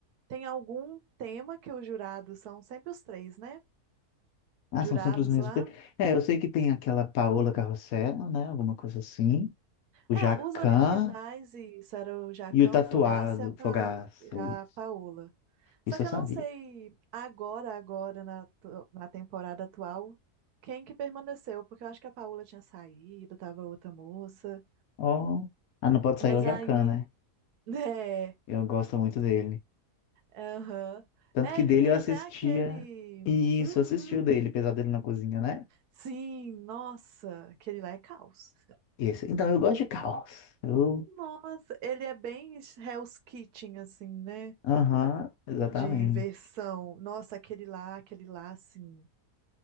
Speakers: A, on the right; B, on the left.
A: Tem algum tema que os jurados são sempre os três, né?
B: Ah,
A: Jurados
B: são sempre os mesmos.
A: lá.
B: pe- É, eu sei que tem aquela Paola Carrossel, né? Alguma coisa assim. O
A: É,
B: Jacan
A: os originais, e isso era o Jacão,
B: e o tatuado
A: o Fogaça e a, Pa-
B: Fogaço.
A: e a
B: Isso
A: Paola.
B: Isso
A: Só que
B: eu sabia.
A: eu não sei agora, agora, na, to- na temporada atual, quem que permaneceu, porque eu acho que a Paola tinha saído, tava outra moça.
B: Oh, Ah, não pode
A: Mas
B: sair o Jacan,
A: aí,
B: né?
A: <laughs> né?
B: Eu gosto muito dele.
A: Aham.
B: Tanto
A: É,
B: que
A: ele
B: dele
A: tem
B: eu assistia.
A: até aquele.
B: Isso,
A: Uhum.
B: eu assisti o dele, Pesadelo na Cozinha, né?
A: Sim, nossa, aquele lá é caos.
B: Esse. Então eu gosto de caos. Eu.
A: Nossa, ele é bem Hell's Kitchen, assim, né?
B: Aham, exatamente.
A: De versão. Nossa, aquele lá, aquele lá, assim.